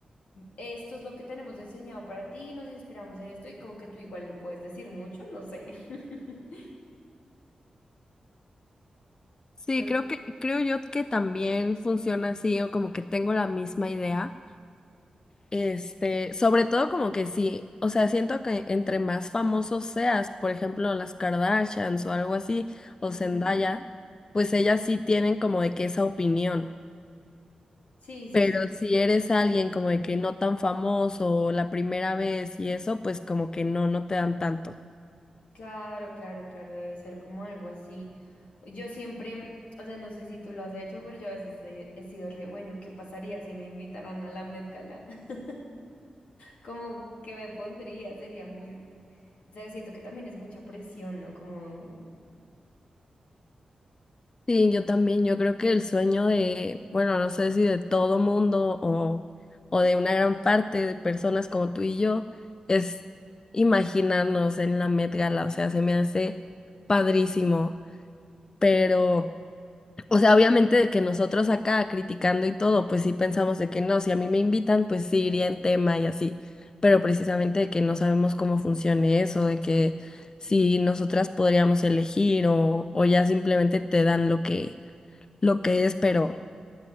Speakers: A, on the left (about 85°); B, on the left (about 30°).
A: esto es lo que tenemos enseñado para ti, nos inspiramos en esto y como que tú igual no puedes decir mucho, no sé. <laughs>
B: Sí,
A: Creo.
B: creo que, creo yo que también funciona así, o como que tengo la misma idea. Este, sobre todo como que sí, o sea, siento que entre más famosos seas, por ejemplo, las Kardashians o algo así, o
A: Ujú.
B: Zendaya, pues ellas sí tienen como de que esa opinión.
A: Sí, sí,
B: Pero
A: sí.
B: si eres alguien como de que no tan famoso o la primera vez y eso, pues como que no, no te dan tanto.
A: Claro, claro, claro, debe ser como algo así. Yo siempre, o sea, no sé si tú lo has hecho, pero yo a veces he, he sido re, bueno, ¿qué pasaría si me invitaran a la Met Gala? <laughs> Como que me pondría, sería muy, o sea, siento que también es mucha presión, ¿no? Como,
B: Sí, yo también, yo creo que el sueño de, bueno, no sé si de todo mundo o, o de una gran parte de personas como tú y yo, es imaginarnos en la Met Gala, o sea, se me hace padrísimo, pero, o sea, obviamente de que nosotros acá criticando y todo, pues sí pensamos de que no, si a mí me invitan, pues sí iría en tema y así, pero precisamente de que no sabemos cómo funcione eso, de que si nosotras podríamos elegir o, o ya simplemente te dan lo que lo que es, pero,